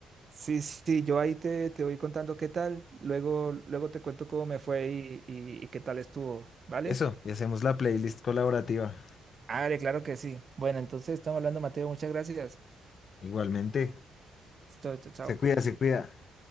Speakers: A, on the right; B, on the left.
A: Sí, sí, yo ahí te, te voy contando qué tal. Luego, luego te cuento cómo me fue y, y, y qué tal estuvo, ¿vale?
B: Eso, y hacemos la playlist colaborativa.
A: Vale, claro que sí. Bueno, entonces estamos hablando, Mateo. Muchas gracias.
B: Igualmente,
A: Chao, chao. chao.
B: se cuida, se cuida.